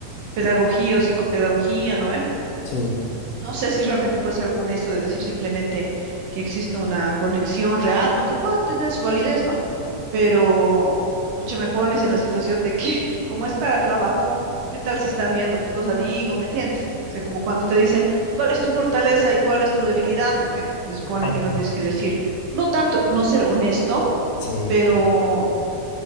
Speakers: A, on the right (about 65°); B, on the left (about 70°).
A: pedagogía o psicopedagogía, ¿no?
B: sí,
A: No sé si realmente puede ser alguna eso de decir simplemente que existe una conexión real, ¿no? Que pueda tener su validez, ¿no? Pero, escucha, me pones en la situación de que, <laughs> como es para trabajo, ¿qué tal si están viendo qué cosa digo? ¿Me entiendes? O sea, como cuando te dicen, ¿cuál es tu fortaleza y cuál es tu debilidad? ¿No ve? Se supone
B: Ay,
A: que no tienes que decir, no tanto, no ser honesto,
B: sí,
A: pero